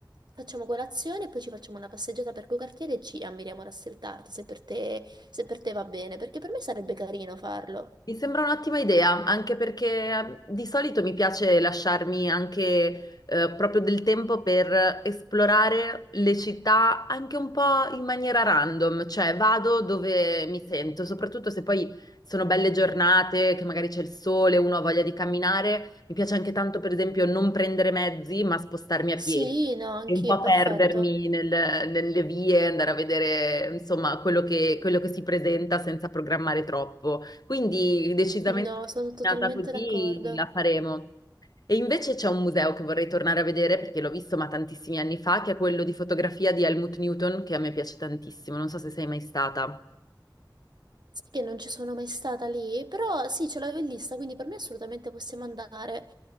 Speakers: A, on the right; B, on the left.
A: facciamo colazione e poi ci facciamo una passeggiata per quei quartieri e ci ammiriamo la street art, se per te, se per te va bene, perché per me sarebbe carino farlo.
B: Mi sembra un'ottima idea, anche perché eh, di solito mi piace lasciarmi anche eh, proprio del tempo per esplorare le città anche un po' in maniera random, cioè vado dove mi sento, soprattutto se poi sono belle giornate, che magari c'è il sole, uno ha voglia di camminare. Mi piace anche tanto, per esempio, non prendere mezzi, ma spostarmi a
A: Sì,
B: piedi
A: no, anch'io,
B: e un po'
A: perfetto.
B: perdermi nel- nelle vie, andare a vedere, insomma, quello che quello che si presenta senza programmare troppo. Quindi decisamente
A: No, sono totalmente
B: nata così
A: d'accordo.
B: la faremo. E invece c'è un museo che vorrei tornare a vedere perché l'ho visto ma tantissimi anni fa, che è quello di fotografia di Helmut Newton, che a me piace tantissimo. Non so se sei mai stata.
A: Sai che non ci sono mai stata lì, però sì, ce l'avevo in lista, quindi per me assolutamente possiamo andare.